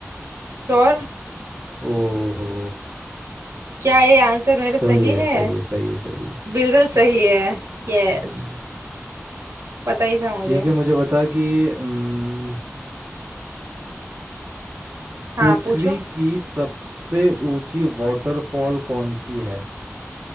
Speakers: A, on the right; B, on the right.
A: श्योर
B: ओहो
A: क्या ये आंसर मेरा
B: सही
A: सही
B: है
A: है
B: सही है सही है सही है
A: बिल्कुल सही है यस
B: हम्म,
A: पता ही था मुझे
B: ठीक है मुझे बता कि हम्म,
A: हाँ
B: पृथ्वी
A: पूछो
B: की सबसे ऊंची वाटरफॉल कौन सी है